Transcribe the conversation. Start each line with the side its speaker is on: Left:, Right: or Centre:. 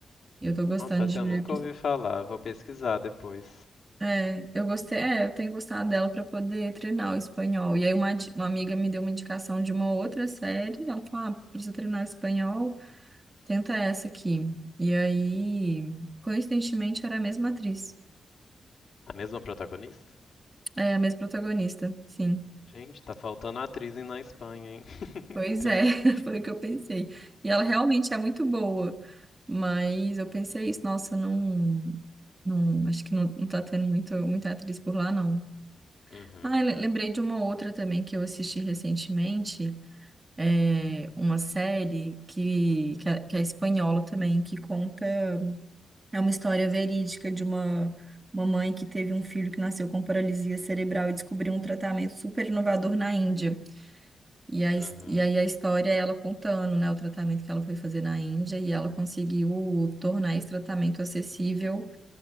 Right: Eu tô gostando
Left: Nossa, essa
Right: de
Left: eu nunca
Right: ver.
Left: ouvi falar. Vou pesquisar depois.
Right: É, eu gostei, é, eu tenho gostado dela para poder treinar o espanhol. E aí uma, di- uma amiga me deu uma indicação de uma outra série. Ela falou: "Ah, precisa treinar o espanhol, tenta essa aqui". E aí, coincidentemente, era a mesma atriz.
Left: A mesma protagonista?
Right: É, a mesma protagonista, sim.
Left: Gente, tá faltando atriz em- na Espanha, hein? <laughs>
Right: Pois é, <laughs> foi o que eu pensei. E ela realmente é muito boa, mas eu pensei isso, nossa, não, não, acho que não, não tá tendo muito, muita atriz por lá, não.
Left: Uhum.
Right: Ah, le- lembrei de uma outra também que eu assisti recentemente, é uma série que, que é, que é espanhola também, que conta, é uma história verídica de uma uma mãe que teve um filho que nasceu com paralisia cerebral e descobriu um tratamento super inovador na Índia. E aí,
Left: Uhum.
Right: e aí a história é ela contando, né, o tratamento que ela foi fazer na Índia e ela conseguiu tornar esse tratamento acessível